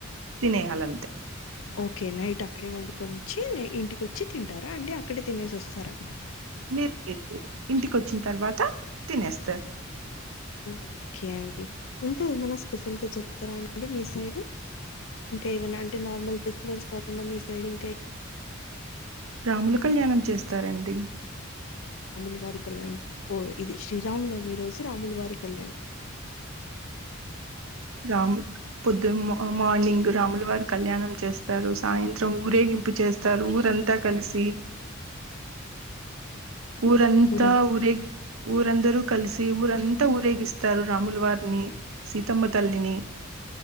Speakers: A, on the right; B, on the left.
A: తినే అలంత
B: ఒకే నైట్ అక్కడే వండుకొని వచ్చి ఇంటికి వచ్చి తింటారా అండి అక్కడే తినేసి వస్తారా
A: లేదు లేదు ఇంటికిచ్చిన తర్వాత తినేస్తారు
B: ఒకే అండి ఇంకా ఏమైనా స్పెషల్ గా జరుపుతారా అండి మీ సైడ్ ఇంకా ఏమనా అంటే నార్మల్ ఫెస్టివల్స్ కాకుండా మీ సైడ్ం
A: రాముల కళ్యాణం చేస్తారండి
B: అమలువారి కళ్యాణ్ ఓ ఇది శ్రీరామనవమి రోజు స రామలువారి కళ్యాణ
A: రామ్ పొద్దు మార్నింగ్ రాములు వ కళ్యాణం చేస్తారు సాయంత్రం ఊరేగింపు చేస్తారు ఊరంతా కలిసి ఊరంతా
B: ఊరం
A: ఊరే ఊరందరు కలిసి ఊరంత ఎంత ఊరేగిస్తారు రాముల వారిని సీతమ్మ తల్లిని